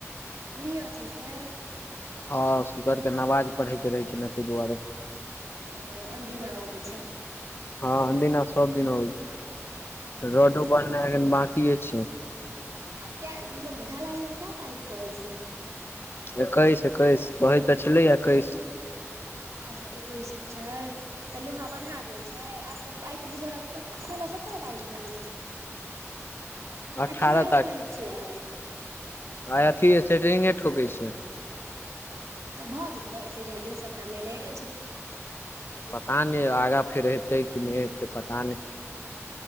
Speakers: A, on the right; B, on the left.
A: मियां छै से?
B: हां शुक्कर के नवाज पढ़य के रहै छै नै तै दुआरे।
A: औ आनदिना आबाय छै।
B: हां अनदिना सब दिन आबै छै,
A: आ
B: रडौ ब नाय एखन बाकीयै छै।
A: आब कै मतलब ढलैया कै तारीक कै ऐ से।
B: एकैस-एकैस कहै तै छलै एकैस।
A: अच्छा एकैस कै छै तऽ लोहा बन्हा गेल? छै, आब तऽ आय तऽ बुझयौ अहां के सोलह सतरा तारीक भ गेलै।
B: अठारह
A: अठारा तारिक छीयै आय।
B: आय अथी सेटरिंगे ठोके छै।
A: हुं तऽ भऽ जेतै एतय जल्दी सबटा मैनेज?
B: पता नै आगाँ फेर हेतय की नै हेतय पता नै।